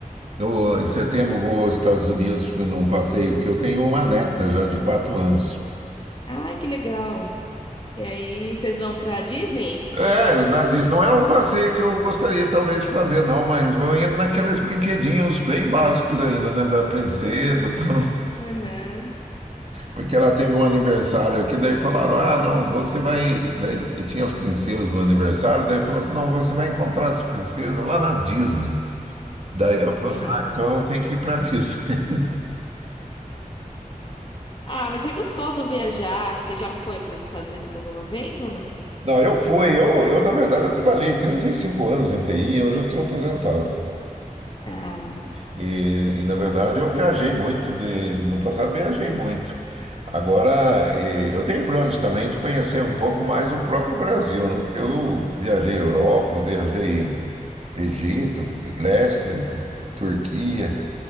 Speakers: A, on the right (about 50°); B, on the left (about 35°).
A: No, em setembro vou aos Estados Unidos num passeio, que eu tenho uma neta já de quatro anos.
B: Ai, que legal. E aí, vocês vão para Disney?
A: É, nazis, não é um passeio que eu gostaria talvez de fazer, não, mas vou indo naqueles brinquedinhos bem básicos ainda, né, da princesa, e tal, <laughs>
B: Aham.
A: porque ela teve um aniversário aqui, daí falaram, ah, não, você vai, daí tinha as princesas no aniversário, daí falou assim, não, você vai encontrar as princesas lá na Disney. Daí ela
B: <laughs>
A: falou assim, ah, então eu tenho que ir para Disney. <laughs>
B: Ah, mas é gostoso viajar. Você já foi para os Estados Unidos alguma vez ou não?
A: Não, eu fui, eu, eu na verdade eu trabalhei 35 anos em TI, hoje eu estou aposentado.
B: Ah,
A: E, e, na verdade eu viajei muito de, no passado viajei muito. Agora eh, eu tenho planos também de conhecer um pouco mais o próprio Brasil, né? Porque eu viajei Europa, viajei Egito, Grécia, Turquia.